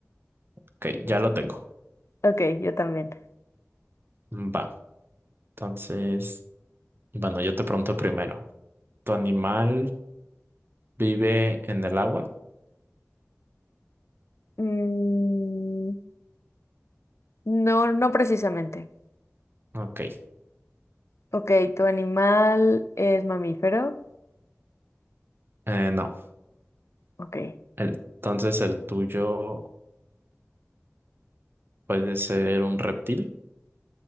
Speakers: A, on the right (about 45°); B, on the left (about 60°).
A: Ok, ya lo tengo.
B: Ok, yo también.
A: Va. Entonces, bueno, yo te pregunto primero. ¿Tu animal vive en el agua?
B: Mm, no, no precisamente.
A: Ok,
B: Ok, ¿tu animal es mamífero?
A: eh, no.
B: Ok,
A: El- entonces el tuyo puede ser un reptil.